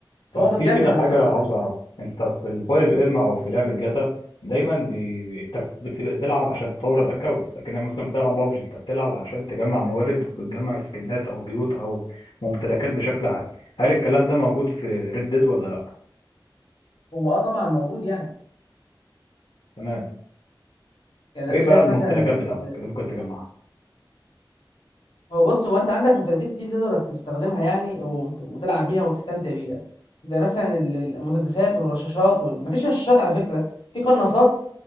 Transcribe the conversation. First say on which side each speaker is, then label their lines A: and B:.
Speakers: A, on the left (about 70°); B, on the left (about 85°).
A: طب
B: فهو بتجسد
A: في كده حاجه
B: الفترة
A: عاوز
B: دي
A: اعرفها انت في الفايف ام او في لعبه جاتا دايما بي... بي- انت بت- بتلعب عشان تطور الاكونت لكن مثلا بتلعب بابجي انت بتلعب علشان تجمع موارد وتجمع سكنات او بيوت او ممتلكات بشكل عام هل الكلام ده موجود في ريد ديد ولا لا
B: هو اه طبعا موجود يعني
A: تمام
B: يعني
A: ايه
B: انا
A: بقى
B: شايف
A: الممتلكات
B: مثلا ان ال-
A: بتاعتك اللي ممكن تجمعها
B: هو بص هو انت عندك ممتلكات كتير تقدر تستخدمها يعني وت- وتلعب بيها وتستمتع بيها زي مثلا ال- المسدسات والرشاشات وال... مفيش رشاشات على فكرة في قناصات